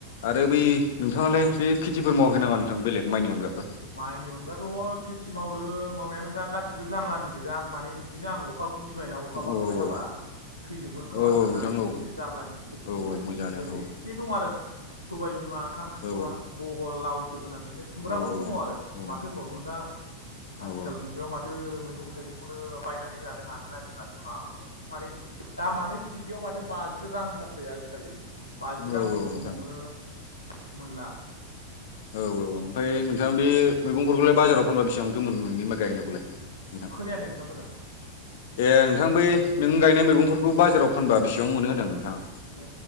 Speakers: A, on the left (about 55°); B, on the left (about 85°).
A: आरो बै नोंथाङालाय बे खेथिफोर मावाखै नामा नोंथां बेलेग माइनि अनगाफोर
B: माइनि अनगाथ' खेथि मावदों मावनाया नोंथां गासिबो जाल्लानि गोजा माने बिदिनो आं अखा बुगिबायना अखा
A: औ
B: बांद्राय
A: औ
B: हाबा थैजोबगोन खोमा
A: औ
B: साननानै
A: नोंथां
B: बिदिनो
A: औ
B: जानलानि खेथि
A: औ
B: मावबाय
A: औ मोजाङानो
B: बिदिनो ओरैनो
A: औ
B: एसे दं आरो सबाय बिमा खांख्रिख'ला
A: औ
B: बहल लाव जोगोनार बिदिनो खुमब्राफोर
A: औ औ
B: दङ आरो
A: औ
B: माथो होनबावनो नोंथां
A: औ
B: आथिखाल मुगायाव माथो माथो मैगं थाइगंखौनो बायनानै जानो हानो नागिरला गोबां माने दामानो केिजियाव माथो बाजि रांथारसै आजिखालि बाजि रांनि
A: औ औ
B: खमावनो
A: नोंथां
B: मोनला
A: औ औ औ ओमफ्राय नोंथाङा बे मैगंफोरखौलाय बाजाराव फानबा बेसेबांथ' मोन नोंनि मा गायनायखौलाय नोंथां
B: खोनायाखै नोंथां मोजां
A: ए नोंथां बै नों गायनाय मैगंफोरखौ बाजाराव फानबा बेसेबां मोनो होनदों नोंथां
B: अ